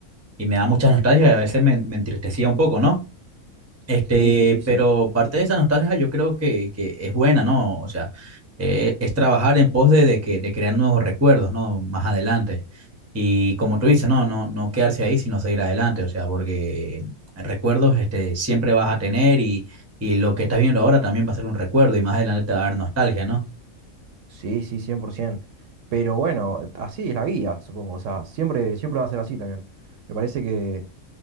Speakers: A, on the right; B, on the right.
A: y me daba mucha nostalgia y a veces me, me entristecía un poco, ¿no? Este,
B: Sí, sí, sí, sí.
A: pero parte de esa nostalgia yo creo que, que es buena, ¿no? O sea, eh, es trabajar en pos de, de que, de crear nuevos recuerdos, ¿no? Más adelante. Y como tú dices, no, no, no quedarse ahí, sino seguir adelante, o sea, porque recuerdos, este, siempre vas a tener y, y lo que estás viendo ahora también va a ser un recuerdo y más adelante te va a dar nostalgia, ¿no?
B: Sí, sí, 100%. Pero bueno, así es la vida, supongo. O sea, siempre, siempre va a ser así también. Me parece que,